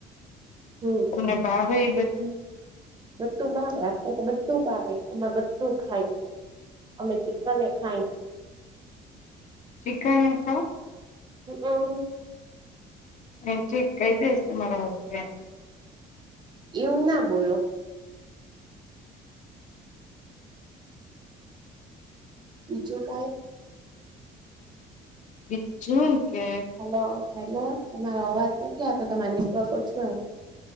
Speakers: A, on the right; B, on the left.
A: હમ
B: તમને
A: હમ
B: ભાવે એ બધું?
A: બધું ભા, આપણે બધું ભાવે, એમાં બધું ખાય. અમે ચિક્કને ખાઈ
B: ચિકન હોવ
A: હમ્મ, હમ્મ.
B: એનઠીક કઈ દઈશ તમારા ધ્યાનમાં
A: એવું ના બોલો બીજું કા?
B: બીજું કે
A: હલો, હલો, તમારો અવાજ નથી આવતો તમારા નેટવર્કો ઓછો હે.